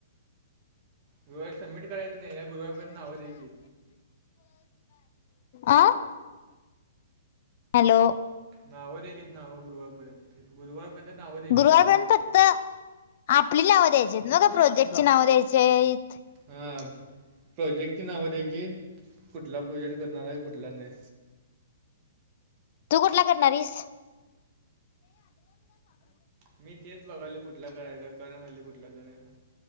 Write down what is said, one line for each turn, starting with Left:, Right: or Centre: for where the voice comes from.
Right: गुरुवारी सबमिट करायच नाही ह्या गुरुवार पर्यंत नावं द्यायचित.
Left: आ हॅलो
Right: नावं द्यायचीत नावं गुरुवार पर्यंत गुरुवारपर्यंत नाव द्यायचीत
Left: गुरुवारपर्यंत
Right: गं.
Left: फक्त आपली नावं द्यायचीत ना का प्रोजेक्टची नावं द्यायचेयेत?
Right: हा प्रोजेक्टची नावं द्यायचीत आहेत कुठला प्रोजेक्ट करणार आहे कुठला नाही.
Left: तू कुठला करणार आहेस?
Right: मी तेच बघलोय कुठला करायचा <unintelligible> कुठला करायला?